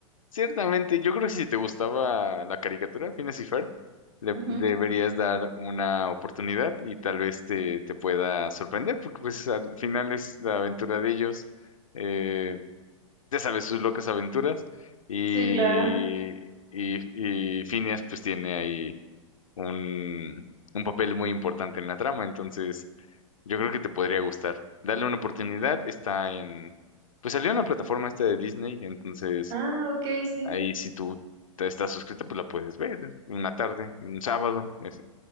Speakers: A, on the left; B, on the right.
A: ciertamente, yo creo que si te gustaba la caricatura, Phineas y Ferb, le
B: Ujú,
A: deberías dar una oportunidad y tal vez te, te pueda sorprender, porque pues al final es la aventura de ellos. eh, ya sabes, sus locas aventuras. Y,
B: Sí, claro.
A: y, y Phineas pues tiene ahí un, un papel muy importante en la trama. Entonces. Yo creo que te podría gustar. Dale una oportunidad. Está en... Pues salió en la plataforma esta de Disney, entonces
B: Ah, ok, sí,
A: ahí si tú te estás suscrita, pues la puedes ver una tarde, un sábado. es-